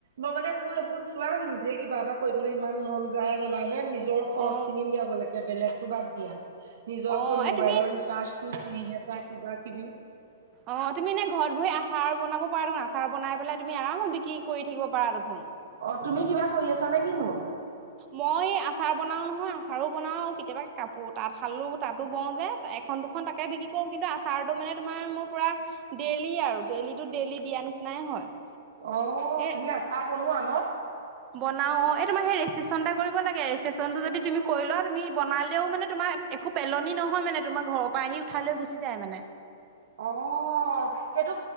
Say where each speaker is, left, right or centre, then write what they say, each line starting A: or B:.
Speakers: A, on the right; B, on the right.
A: মই মানে মোৰ এইবোৰ কিমাম নিজে কিবা এটা কৰিবলৈ ইমান মন যায় জানানে, নিজৰ খৰচখিনি
B: অ
A: উলিয়াব লাগে। বেলেগতো বাদ দিয়া। নিজৰকৈ
B: অ
A: মোবাইলৰ
B: এই তুমি
A: ৰিচাৰ্ডটো, পিন‌ এটা, কিবা-কিবি।
B: অহ, তুমি এনেই ঘৰত বহি আচা আচাৰ বনাব পাৰা দেখোন, আচাৰ বনাই পেলাই তুমি আৰামত বিক্ৰী কৰি থাকিব পাৰা দেখোন।
A: অ তুমি কিবা কৰি আছা নে কিনো?
B: মই আচাৰ বনাও নহয়, আচাৰো বনাও, কেতিয়াবা কাপোৰ তাত শালো, তাতো বওঁ যে। এখন দুখন তাকে বিক্ৰী কৰো কিন্তু আচাৰো মানে তোমাৰ মোৰ পুৰা ডেইলি আৰু ডেইলিটো ডেইলি দিয়া। দিয়াৰ নিচিনায়ে হয়।
A: অহ,
B: এ
A: তুমি আচাৰ বনোৱা ন।
B: বনাও অহ, এই তোমাৰ সেই ৰেজিষ্ট্ৰেশ্যন এটা কৰিব লাগে, ৰেজিষ্ট্ৰেশ্যনটো যদি তুমি কৰি লোৱা, তুমি বনালেও মানে তোমাৰ একো পেলনি নহয় মানে, তোমাৰ ঘৰৰ পৰা আহি উঠাই লৈ গুচি যায় মানে।
A: অহ, সেইটো